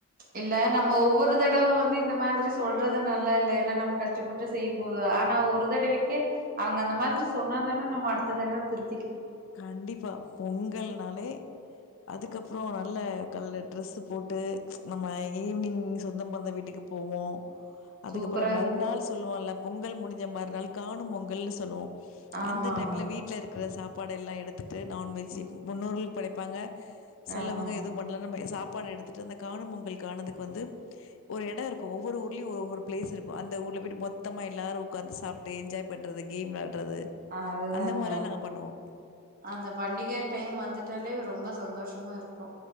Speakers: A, on the right; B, on the left.
A: இல்லே நம்ம ஒவ்வொரு தடவ வந்து இந்த மாதிரி சொல்றது நல்லா இல்லே ஏன்னா நமக் கஷ்டப்பட்டு செய்யும்போது ஆனா ஒரு தடவைக்கே அவங்க அந்த மாதிரி சொன்னாதானே நம்ம அடுத்த தடவை திரு
B: கண்டிப்பா பொங்கல்னாலே அதுக்கப்றோ நல்லா கால்ல ட்ரெஸ்சு போட்டு நம்ம ஈவ்னிங் சொந்த பந்த வீட்டுக்கு போவோ அதுக்கப்பறோ
A: சூப்பரா
B: மறுநாள்
A: இருக்கு
B: சொல்லுவோல பொங்கல் முடிஞ்ச மர் ருநாள் காணும் பொங்கல்ன்னு சொல்லுவாங்
A: ஆமா
B: அந்த டைம்ல
A: ஆமா
B: வீட்ல இருக் க சாப் பாடெல்லா எடுத்து டு நான்வெஜ்ஜு
A: ம்
B: முன்னோர்கள் படைப்பாங்க செலவங்க
A: ஆமா ஆமா
B: எதுவும் பண்லன்னா நெறைய சாப் டு எடுத்துட்டு அந்த காணும் பொங்கல் காணதுக்கு வந்து ஒரு எடோ இருக்கு ஒவ்வொரு ஊர்லயு ஒவ்வொரு பிளேஸ் இருக்கு அந்த ஊர்ல போயிட்டு மொத்தமா எல்லாரு ஒக்காந்து சாப்ட்டு என்ஜாய் பண்றது கேம் வெளா ட்றது
A: அதுதாங்க
B: அந்த மாரிலா நாங்க பண்ணுவோ
A: அந்த பண்டிக டைம் வந்துட்டாலே ரொம்ப சந்தோஷமா இருப்போ